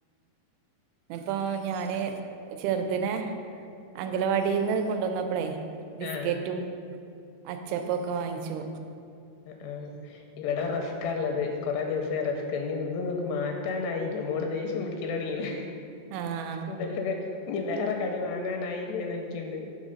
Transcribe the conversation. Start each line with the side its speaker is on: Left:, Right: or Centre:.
Right: എപ്പോ ഞാന് ചെറ്ദിനെ അംഗലവാടീന്ന് കൊണ്ടന്നപ്പളേ ബിസ്കെറ്റും
Left: ആഹ്
Right: അച്ചപ്പൊക്കെ വാങ്ങിച്ചു.
Left: ആ ഇവടെ റെസ്കാള്ളത് കൊറെേ ദിവസായ്റെസ്ക് ഇനി ഇതും ഇങ്ങക്ക് മാറ്റാനായില്ലേ മോള് തെ ദേഷ്യം പിടിക്കലൊടിങ്ങിണ്
Right: ആഹ
Left: ഇതൊക്കെ കട് ഇനി വേറെ കടി വാങ്ങാനായില്ലേ ന്നോയ്ക്ക്‌ണ്ട്.